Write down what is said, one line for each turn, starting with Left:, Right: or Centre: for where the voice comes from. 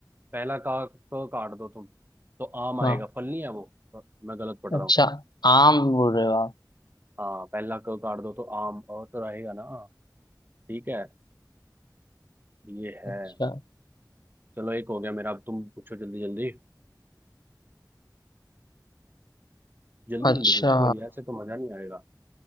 Right: पहला का क काट दो तुम तो आम आएगा
Left: हाँ
Right: फल नहीं है वो मैं गलत पढ़ रहा
Left: अच्छा
Right: हूँ
Left: आम बोल रहे हो आप
Right: हाँ पहला क काट दो तो आम अ तो रहेगा ना ठीक है ये है
Left: अच्छा
Right: चलो एक हो गया मेरा अब तुम पूछो जल्दी जल्दी जल्दी
Left: अच्छा
Right: जल्दी पूछो भाई ऐसे तो मजा नहीं आएगा